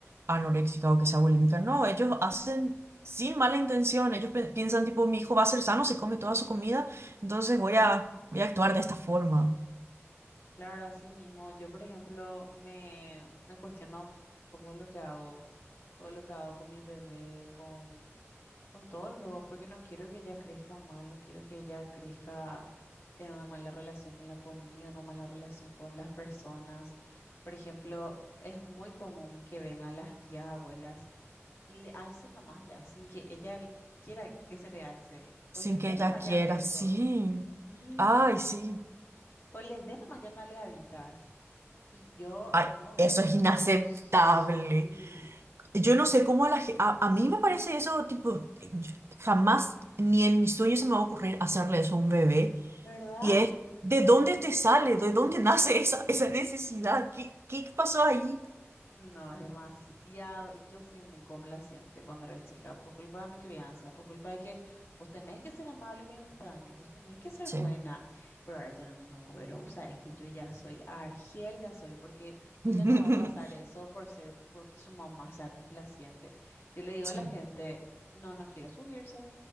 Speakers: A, on the right (about 60°); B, on the left (about 55°).
A: anoréxica o que sea bulímica. No, ellos hacen sin mala intención. Ellos pe- piensan tipo, mi hijo va a ser sano, se come toda su comida, entonces voy a, voy a actuar de esta forma.
B: Claro, así mismo. Yo, por ejemplo, me, me cuestiono todo lo que hago, todo lo que hago con mi bebé, con, con todo el juego, porque no quiero que ella crezca mal, no quiero que ella crezca teniendo una mala relación con la comida, una mala relación con las personas. Por ejemplo, es muy común que vengan las tías, abuelas y le alcen nomás ya, sin que ella l- quiera que se le alce,
A: Sin
B: o les
A: que
B: dé
A: ella
B: nomás
A: quiera,
B: ya besos,
A: sí.
B: sí,
A: Ay, sí.
B: o les dé nomás ya nalgaditas. Y yo
A: Ay,
B: no dejo,
A: eso es
B: yo
A: inaceptable.
B: sí,
A: Yo no sé cómo a la ge- a, a mí me parece eso, tipo, yo- jamás ni en mis sueños se me va a ocurrir hacerle eso a un bebé.
B: ¿verdad?
A: Y es, ¿de dónde te sale? ¿De dónde nace esa, esa necesidad? ¿Qué, qué pasó ahí?
B: No, es demasiado. Y yo fui muy complaciente cuando era chica, por culpa de mi crianza, por culpa de que vos tenés que ser amable con los extraños, vos tenés que ser
A: Sí.
B: buena. Pero ahora ya no, pero vos sabés que yo ya soy Argel, ya soy, porque ella
A: <laughs>
B: no va a pasar eso por ser, porque su mamá sea complaciente. Yo le digo
A: Sí,
B: a la gente, no, no quiere subirse